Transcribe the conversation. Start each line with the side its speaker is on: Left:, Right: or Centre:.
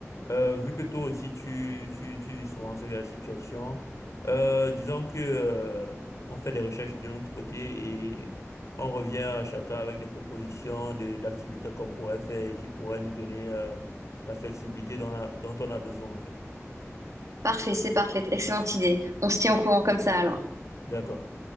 Left: euh, vu que toi aussi tu, tu, tu vis souvent ce genre de situation, euh, disons que euh, on fait des recherches de notre côté et on revient à chacun avec des propositions de d'activités qu'on pourrait faire et qui pourraient nous donner euh, la flexibilité dont, la- dont on a besoin en fait.
Right: Parfait, c'est parfait, excellente idée. On se tient au courant comme ça alors.
Left: D'accord.